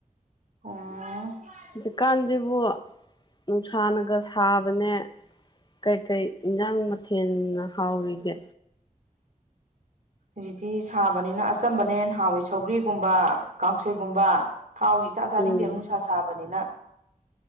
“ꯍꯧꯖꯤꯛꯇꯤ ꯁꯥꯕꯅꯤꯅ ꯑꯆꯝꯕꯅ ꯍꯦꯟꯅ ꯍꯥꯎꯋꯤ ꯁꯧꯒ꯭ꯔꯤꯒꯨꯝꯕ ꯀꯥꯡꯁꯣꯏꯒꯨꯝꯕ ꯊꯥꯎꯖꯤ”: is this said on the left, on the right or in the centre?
Right